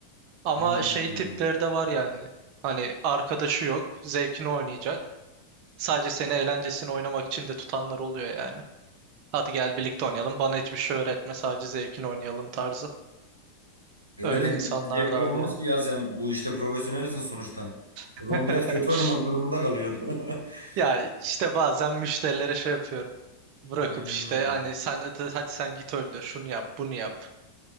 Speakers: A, on the right; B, on the right.
A: Ama
B: Hmm.
A: şey tipleri de var yani. Hani arkadaşı yok, zevkini oynayacak. Sadece seni eğlencesini oynamak için de tutanlar oluyor yani. Hadi gel birlikte oynayalım. Bana hiçbir şey öğretme, sadece zevkini oynayalım tarzı.
B: Öyle
A: Öyle
B: de
A: insanlar
B: hiç zevkli
A: da var
B: olmaz
A: yani.
B: ki ya sen bu işte profesyonelsin sonuçta. O
A: <laughs>
B: zaman biraz kötü oynamak durumunda kalıyorsun. <laughs>
A: Ya işte bazen müşterilere şey yapıyorum. Bırakıp
B: Hmm.
A: işte hani sen hadi hadi sen git öldür şunu yap bunu yap.